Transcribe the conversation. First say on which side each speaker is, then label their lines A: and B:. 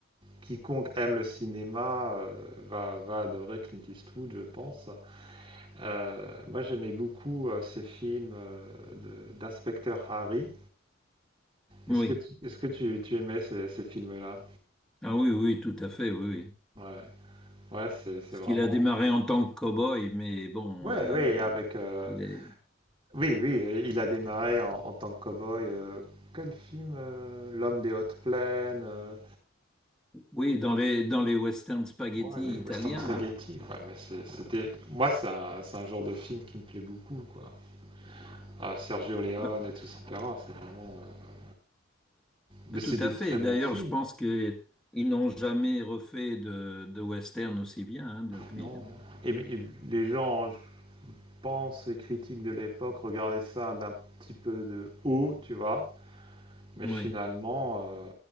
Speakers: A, on the right; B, in the centre.
A: quiconque aime le cinéma, heu, va va adorer Clint Eastwood, je pense. Heu, moi, j'aimais beaucoup, heu, ses films, heu, de d'inspecteur Harry.
B: oui,
A: Est-ce que tu est-ce que tu tu aimais ces ces films-là?
B: ah oui, oui, tout à fait, oui, oui.
A: Ouais. Ouais, c'est c'est
B: Parce
A: vraiment
B: qu'il a démarré en tant que cow-boy, mais bon,
A: ouais,
B: euh,
A: oui, avec, heu,
B: les-
A: oui, oui, heu, il a démarré en en tant que cow-boy, heu, quel film, heu? L'homme des hautes plaines, heu
B: oui, dans les, dans les western spaghetti
A: Ouais, les
B: italiens,
A: western spaghetti,
B: hein.
A: ouais, mais c'est- c'était... Moi, c'est un, c'est un genre de film qui me plaît beaucoup, quoi. Ah, Sergio Leone
B: Bah,
A: et tout, etc. C'est vraiment... euh, Mais c'est
B: tout
A: des
B: à fait.
A: très bons
B: D'ailleurs,
A: films.
B: je pense qu'ils n'ont jamais refait de, de western aussi bien hein, depuis.
A: Non, non. Et, mais- et les gens, je pense, les critiques de l'époque regardaient ça d'un petit peu de haut, tu vois. Mais
B: Oui.
A: finalement, euh,